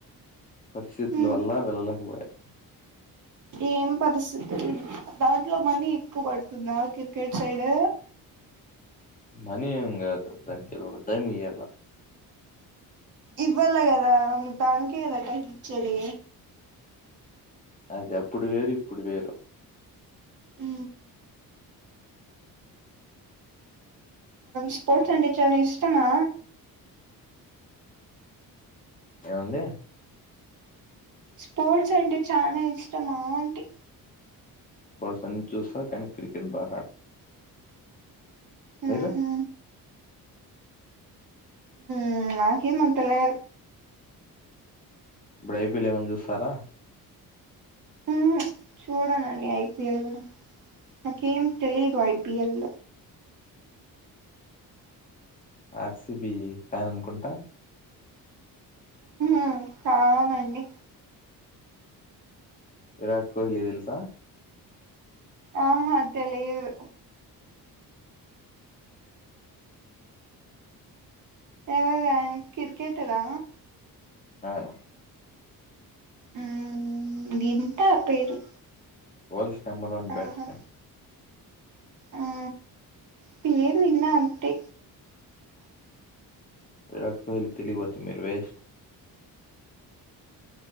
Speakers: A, on the left (about 20°); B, on the right (about 55°).
A: పరిస్థితుల
B: హ్మ్
A: వల్ల వెళ్ళలేకపోయాయి
B: ఏం పరిస్థితి దాంట్లో మనీ ఎక్కువ పడుతుందా క్రికెట్ సైడ్
A: మనీ ఏం కద్ దానికి ఒక టైమ్ ఈయల
B: ఇవ్వాల కదా దానికే కదా టైమ్ ఇచ్చేది
A: అది అప్పుడు వేరు ఇప్పుడు వేరు
B: ఉ స్పోర్ట్స్ అండ్ అంటే చానా ఇష్టమా
A: ఏముంది
B: స్పోర్ట్స్ అంటే చాల ఇష్టం ఆంటి
A: స్పోర్ట్స్ అన్ని చూస్తా కానీ క్రికెట్ బాగా మీరు
B: ఉహు ఉ నాకేం అంతేలే
A: ఇప్పుడు ఐపీఎల్ ఏమనా చూస్తారా
B: ఉహు చూడనండి ఐపీఎల్ నాకేం తెలిదు ఐపీఎల్
A: ఆర్సిబి ఫ్యాన్ అనుకుంటా
B: ఉ కదండి
A: విరాట్ కోహ్లీ తెల్సా
B: ఆహా తెలీదు ఎవరు ఆయన క్రికెటరా
A: అవును
B: ఉ వింట పేరు
A: వర్ల్డ్స్ నెంబర్ వన్ బ్యాట్స్మెన్
B: ఆహా ఆ పేరు విన్న అంతే
A: విరాట్ కోహ్లీ తెలిపోతే మీరు బెస్ట్